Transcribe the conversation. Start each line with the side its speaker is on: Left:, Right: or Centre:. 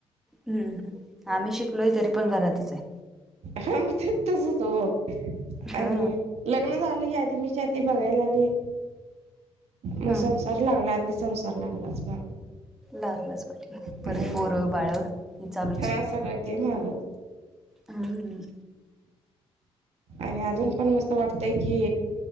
Centre: हम्म आम्ही शिकलोय तरी पण घरातच आहे.
Right: ह म ते तसच हो
Centre: ह
Right: आणि लग्न झालं की आधी मीच्या आधी बघायला आली मग
Centre: ह
Right: संसार लागला अतिसंसार लागलाच म
Centre: लगच वाटलं परत
Right: अ
Centre: पोरं बाळ चालूच
Right: हा सगळं ती मगत.
Centre: हम <unintelligible>
Right: आणि अजून पण मस्त वाटतय की,